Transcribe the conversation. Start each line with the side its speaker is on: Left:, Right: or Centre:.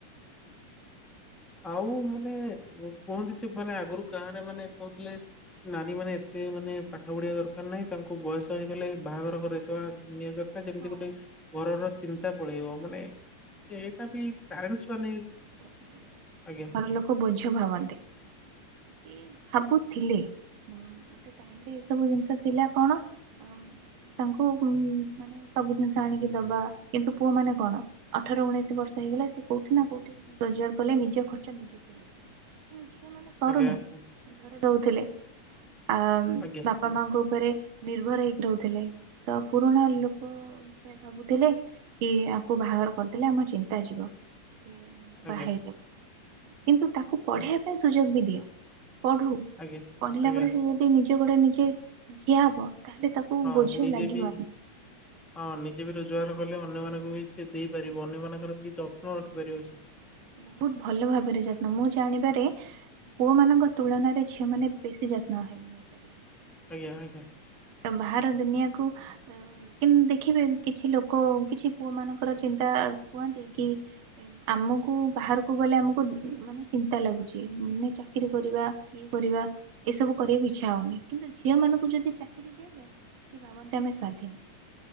Centre: ଆଉ ମାନେ କୁହନ୍ତି ଯେ ମାନେ ଆଗରୁ ଗାଁରେ ମାନେ କହୁଥିଲେ ନାରୀ ମାନେ ଏତେ ମାନେ ପାଠ ପଢିବା ଦରକାର ନାହିଁ ତାଙ୍କୁ ବୟସ ହେଇଗଲେ ବାହାଘର କରେଇଦେବା ନିହାତି ମାନେ ଯେମିତି
Right: ହଁ
Centre: ଗୋଟେ ଘରର ଚିନ୍ତା ପଳେଇବ ମାନେ ଏଇଟା ବି ପ୍ୟାରେଣ୍ଟସ୍ ମାନେ
Right: ପ୍ରକୃତ ରେ
Centre: ଆଜ୍ଞା
Right: ଘର ଲୋକ ବୋଝ ଭାବନ୍ତି। ସିଏ ଭାବୁଥିଲେ ଗୋଟେ ଟାଇମ ରେ ଏ ସବୁ ଜିନିଷ ଥିଲା କଣ ତାଙ୍କୁ ମାନେ ସବୁ ଜିନିଷ ଆଣିକି ଦବା କିନ୍ତୁ ପୁଅ ମାନେ କଣ ଅଠର ଉଣେଇଶ ବର୍ଷ ହେଇଗଲା ସେ କୋଉଠି ନା କୋଉଠି ରୋଜଗାର କଲେ ନିଜ ଖର୍ଚ୍ଚ ନିଜେ ତୁଲେଇଲେ। ଆମେ ଝିଅ ମାନେ କରୁନା।
Centre: ଆଜ୍ଞା ଆଜ୍ଞା
Right: ଘରେ ଦଉଥିଲେ। ଆ-ବାପ୍
Centre: ଆଜ୍ଞା
Right: ମାମାଙ୍କ ଉପରେ ନିର୍ଭର ହେଇକି ରହୁଥିଲେ। ତ ପୁରୁଣା ଲୋକ ସେୟା ଭାବୁଥିଲେ କି ୟାକୁ ବାହାଘର କରିଦେଲେ ଆମ ଚିନ୍ତା ଯିବ କି
Centre: ଆଜ୍ଞା
Right: ବାହାହେଇଯାଉ। କିନ୍ତୁ ତାକୁ ପଢ଼ିବା
Centre: ଆ-
Right: ପାଇଁ ସୁଯୋଗ ବି ଦିଅ। ପଢୁ
Centre: ଆଜ୍ଞା
Right: ପଢିଲା
Centre: ଆଜ୍ଞା
Right: ପରେ ସେ ଯଦି ନିଜେ ନିଜ ଗୋଡ଼ରେ ନିଜେ ଠିଆ ହବ ତାହେଲେ ତାକୁ
Centre: ହଁ
Right: ବୋଝ
Centre: ନିଜେ
Right: ଲାଗିବନି।
Centre: ବି ହଁ ନିଜେ ବି ରୋଜଗାର କଲେ ଅନ୍ୟମାନଙ୍କୁ ବି ସେ ଦେଇପାରିବ। ଅନ୍ୟ ମାନଙ୍କର ବି ଯବ୍ ହଁ ରଖିପାରିବ ସେ।
Right: ବହୁତ ଭଲ ଭାବରେ ଯତ୍ନ। ମୁଁ ଜାଣିବାରେ ପୁଅ ମାନଙ୍କ ତୁଳନାରେ ଝିଅ ମାନେ ବେଶୀ ଯତ୍ନ ହେଇ-ନେଇପାରିବେ।
Centre: ଆଜ୍ଞା ଆଜ୍ଞା।
Right: ତ ବାହାର ଦୁନିଆକୁ କିନ୍ତୁ ଦେଖିବେ କିଛି ଲୋକ କିଛି ପୁଅ ମାନଙ୍କର ଚିନ୍ତା। କୁହନ୍ତି କି ଆମକୁ ବାହାରକୁ ଗଲେ ଆମକୁ ମାନେ ଚିନ୍ତା ଲାଗୁଛି ମାନେ ଚାକିରୀ କରିବା କି କରିବା ଏସବୁ କରିବାକୁ ଇଚ୍ଛା ହଉନି। କିନ୍ତୁ ଝିଅ ମାନଙ୍କୁ ଯଦି ଚାକ୍ ଚାକିରୀ ଦିଆଯାଏ ସେ ଭାବନ୍ତି ଆମେ ସ୍ଵାଧୀନ।